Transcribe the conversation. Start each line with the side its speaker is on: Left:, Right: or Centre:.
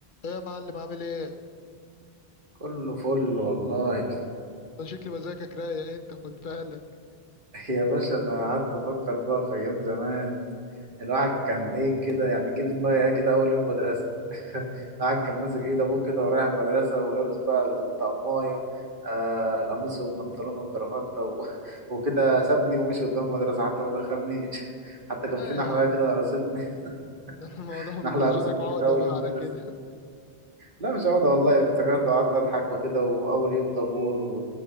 Left: ايه يا معلم عامل ايه؟
Right: كله فل والله
Left: ده شكل مزاجك رايق انت خد بالك
Right: <laughs> يا باشا انا قعدت افكر بقى في ايام زمان الواحد كان ايه كده يعني جه في دماغي ايه كده اول يوم مدرسه <laughs> الواحد كان ماسك ايد ابوه كده ورايح المدرسه ولابس بقى الطقمايه آه القميص والبنطلون والجرافته و... <laughs> وكده سابني ومشي قدام المدرسه حتى ما دخلنيش <laughs> حتى
Left: لا
Right: كان في نحله
Left: يا عم
Right: كده قرصتني
Left: <laughs> ده الموضوع
Right: <laughs>
Left: بالنسبة
Right: نحله قرصتني
Left: لك عقدة
Right: كده اول
Left: بقى
Right: يوم
Left: على
Right: مدرسه
Left: كده <laughs>
Right: لا مش عقدة والله افتكرت وقعدت أضحك وكده وأول يوم طابور و...